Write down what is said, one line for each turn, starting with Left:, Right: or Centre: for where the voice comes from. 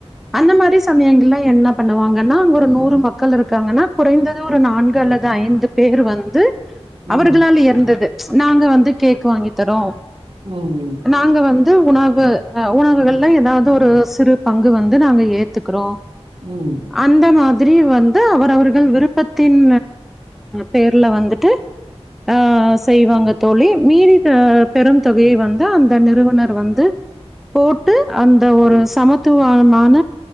Centre: அந்த மாரி சமயங்கள்ல என்ன பண்ணுவாங்கனா அங்க ஒரு நூறு மக்கள் இருக்காங்கனா குறைந்தது ஒரு நான்கு அல்ல து ஐந்து பேரு வந்து
Right: ம்
Centre: வழி இருந்தது நாங்க வந்து கேக்கு வாங்கி தரோ
Right: ம்
Centre: நாங்க வந்து உணவு அ உணவுகள்ல ஏதாவது ஒரு சிறு பங்கு வந்து நாங்க ஏத்துக்குறோ
Right: ம்
Centre: அந்த மாதிரி வந்து அவர் அவர்கள் விருப்பத்தின் பேர்ல வந்துட்டு அ செய்வாங்க தோழி மீதி பெரும் தொகையை வந்து அந்த நிறுவனர் வந்து போட்டு அந்த ஒரு சமத்துவமான